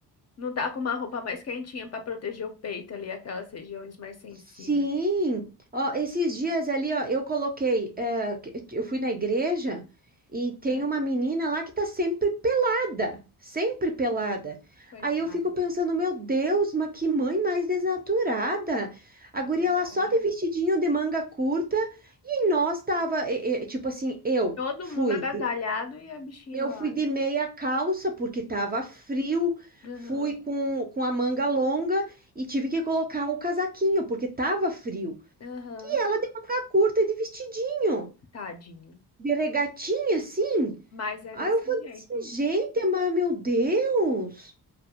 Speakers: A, on the left (about 40°); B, on the right (about 25°).
A: Não tá com uma roupa mais quentinha pra proteger o peito ali, aquelas regiões mais sensíveis.
B: Sim, ó, esses dias ali, ó, eu coloquei, é, que- eu fui na igreja e tem
A: Ah,
B: uma menina lá que tá sempre pelada, sempre pelada.
A: coitada.
B: Aí eu fico pensando, meu Deus, mas que mãe mais desnaturada. A
A: é
B: guria
A: Verdade.
B: lá só de vestidinho de manga curta e nós tava, e- e, tipo assim, eu
A: Todo
B: fui
A: mundo agasalhado e a bichinha
B: eu
A: lá.
B: fui de meia calça porque estava frio,
A: Aham,
B: fui com, com a manga longa e tive que colocar um casaquinho porque estava frio.
A: aham.
B: E ela de manga curta e de vestidinho,
A: Tadinho.
B: de regatinha assim.
A: Mas é
B: Aí
A: desse
B: eu falei
A: jeito.
B: assim, gente, mas meu Deus.